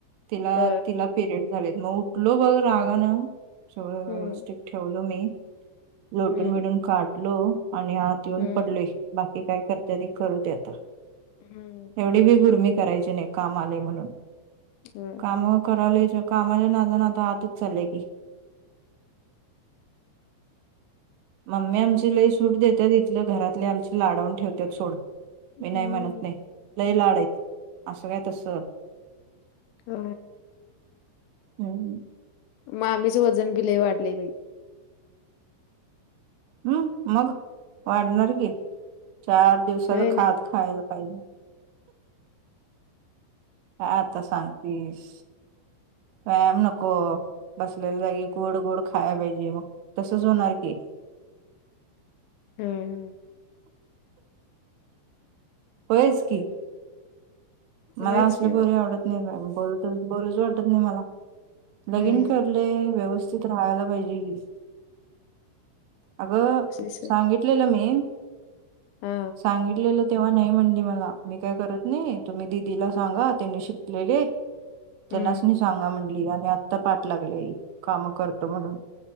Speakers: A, on the right; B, on the left.
A: तिला
B: अ
A: तिला पिरियड झालेत मग उठलो बघ रागा ना. सगळं व्यवस्थित
B: हम्म
A: ठेवलो मी लोटून
B: हम्म
A: बिटून काढलो आणि हात येऊन.
B: हम्म
A: पडलोय बाकी काय करते त करू दे आता
B: हम्म
A: एवढी बी गुर्मी करायची नाही. काम आले म्हणून
B: होय
A: काम कराला कामाला ना नाता आतच चाललेय की मम्मी आमची लई सूट देतात इथलं घरातले आमचे लाडावून ठेवतात सोड.
B: हम्म
A: मी नाही म्हणत नाही लईलाडायत असं काय तस.
B: अ
A: हम्म
B: मग आममीच वजन बिलेही वाढले बाई
A: हम् मग वाढणार की चार दिवसाचं
B: होय ना
A: खात खायला पाहिजे. आ आता सांगतेस व्याम नको. बसलेले जागी गोड गोड खायला पाहिजे मग तसच होणार की
B: हम्म
A: होच की मला
B: होयच
A: असल्या
B: की
A: पोरी
B: मग
A: आवडत नाही बोलत बोलूच वाटत नाही मला, लगीन
B: हम्म
A: कर. कुठ व्यवस्थित राहायला पाहिजे की अगं
B: श्रीश्वर.
A: सांगितलेलं मी
B: हा
A: सांगितलेलं. तेव्हा नाही म्हणली मला मी काय करत नाही तुम्ही दिदीला सांगा त्यांनी शिकलेले. त्यांनाच
B: हम्म
A: न सांगा म्हणली आणि आता पाठ लागले काम करतो म्हणून